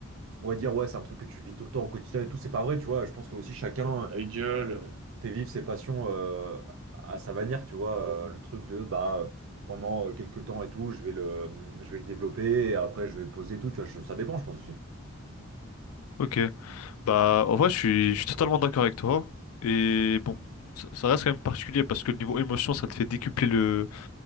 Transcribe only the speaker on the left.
ok. Bah, en vrai, je suis, je suis totalement d'accord avec toi. Et bon, t- ça reste quand même particulier parce que le niveau émotion, ça te fait décupler le,